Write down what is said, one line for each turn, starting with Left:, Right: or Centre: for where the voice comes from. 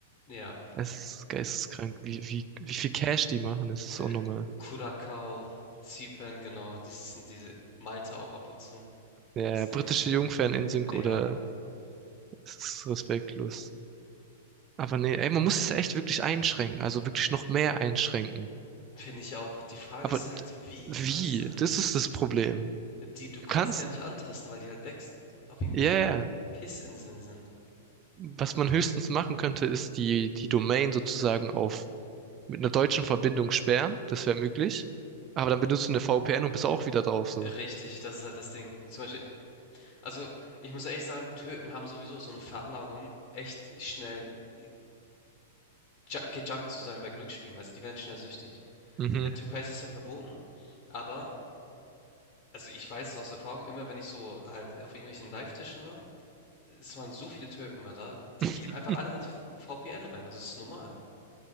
Left: ja,
Right: Es ist geisteskrank, wie, wie, wie viel Cash die machen. Es ist
Left: äh,
Right: unnormal.
Left: Curacao, Zypern, genau. Dieses sind diese Malta auch ab und zu.
Right: Ja,
Left: Ist
Right: britische
Left: immer so.
Right: Jungferninseln
Left: Ja,
Right: oder
Left: Mann.
Right: es ist respektlos. Aber nee, ey, man muss es echt wirklich einschränken, also wirklich noch mehr einschränken.
Left: Finde ich auch. Die Frage
Right: Aber
Left: ist
Right: d-
Left: halt, wie,
Right: wie?
Left: weißt du?
Right: Das ist das Problem.
Left: Die, du
Right: Du
Left: kannst
Right: kannst,
Left: die ja nicht antasten, weil die halt wächst, auf irgendwelchen
Right: ja, ja.
Left: Pissinseln sind.
Right: Was man höchstens machen könnte, ist die, die Domain sozusagen auf mit einer deutschen Verbindung sperren. Das wäre möglich. Aber dann benutzt du eine VPN und bist auch wieder drauf so.
Left: Richtig, das ist halt das Ding. Zum Beispiel, also ich muss ehrlich sagen, Türken haben sowieso so eine Veranlagung, echt schnell äh, junk- gejunkt zu sein bei Glücksspielen, weißt du, die werden schnell süchtig.
Right: Mhm.
Left: In der Türkei ist es ja verboten, aber, also ich weiß es aus Erfahrung, immer wenn ich so halt auf irgendwelchen Live-Tischen war, es waren so viele Türken immer da, die
Right: <laughs>
Left: gehen einfach alle mit VPN rein, das ist normal.